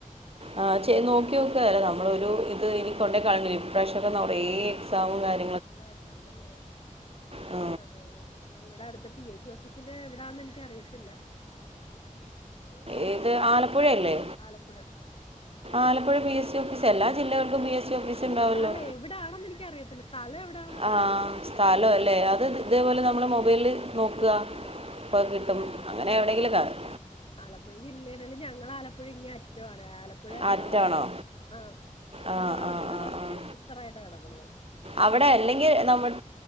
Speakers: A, on the right; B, on the left.
A: ആ ചെയ്തു നോക്കി
B: എന്നാ
A: നോക്കിയാതി
B: ശരി
A: നമ്മള ഒരു ഇത് ഇത് എനി കൊണ്ട കളഞ്ഞില്ലേ ഈ പ്രാവശ്യക്കെ നറയെ എക്സാമും കാര്യങ്ങളും
B: വരണണ്ടല്ലേ
A: ആ,
B: അതെത പിന്നെ ഇവിടെ അടുത്ത പി എസ് സി ഓഫീസിന്റെ എവിടാന്ന് എനിക്കറിയത്തില്ല അത് നോക്കിട്ട്
A: ഏത് ആലപ്പുഴയല്ലേ
B: Alappuzha
A: Alappuzha P A C എല്ലാ ജില്ലകൾക്കും പി എസ് സി ഓഫീസ്
B: ഉണ്ട്ണ്ട്
A: ഉണ്ടാവുമല്ലോ
B: അല്ല എവിടൊണെന്ന് എനിക്കറിയത്തില്ല സ്ഥലം എവിടെ
A: ആഹ സ്ഥല അല്ലേ അത് ഇതേപോലെ നമ്മള് മൊബൈല് നോക്കുക
B: നോക്കാം നോക്കാം
A: അപ്പൊ കിട്ടും അങ്ങനെ എവിടെങ്കും കാണും
B: ആലപ്പുഴ ജില്ലയിലാണെങ്കിലും ഞങ്ങളാലപ്പു ഴ ഇങ്ങറ്റമാണ് ആലപ്പുഴ എറണാകുളം
A: ആറ്റാണോ
B: ആ
A: ആ
B: എറണാകുളത്തിന്റെ
A: ആ ആ
B: തൊട്ട്
A: ആ
B: ഇപ്പറായിട്ടാണ് കിടക്കണത്
A: അവിടെ അല്ലെങ്കിൽ നമ്മൾ